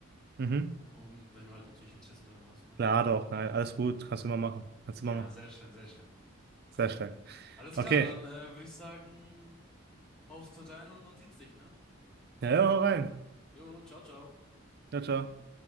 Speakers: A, on the right; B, in the centre.
A: Mhm.
B: Und wenn du halt natürlich Interesse daran hast, ne?
A: Klar doch, nein, alles gut, kannst du immer machen. Kannst
B: Ja,
A: du immer machen.
B: sehr schön, sehr schön.
A: Sehr stark.
B: Alles
A: Okay,
B: klar, dann äh, würde ich sagen, haust du rein und man sieht sich, ne?
A: ja, ja, hau rein.
B: Jo, ciao, ciao.
A: Ciao, ciao.